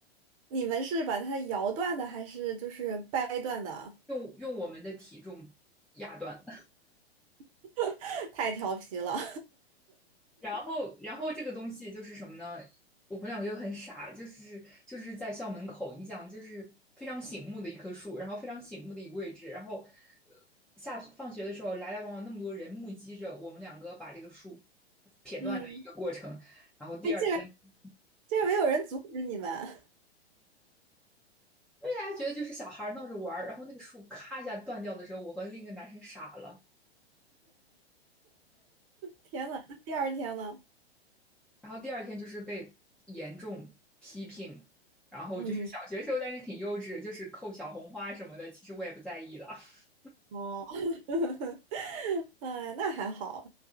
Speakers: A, on the right (about 35°); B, in the centre.
A: 你们是把它摇断的，还是就是掰断的？
B: 用用我们的体重压断了。
A: <laughs> 太调皮了。
B: 然后，然后这个东西就是什么呢？我们两个又很傻，就是就是在校门口，你想，就是非常醒目的一棵树，然后非常醒目的一个位置，然后呃下放学的时候来来往往那么多人目击着我们两个把这个树撇断的一个过程。
A: <laughs> 嗯，
B: 然后第二天，
A: 哎竟然
B: 因
A: 竟然没有人阻止你们。
B: 为大家觉得就是小孩儿闹着玩儿然后那个树咔一下断掉的时候，我和另一个男生傻了。
A: 天呐，那第二天呢？
B: 然后第二天就是被严重批评，然后就是小学时候，
A: 嗯，
B: 但是挺幼稚，就是扣小红花什么的，其实我也不在意了。<laughs>
A: 哦，<laughs> 哎，那还好。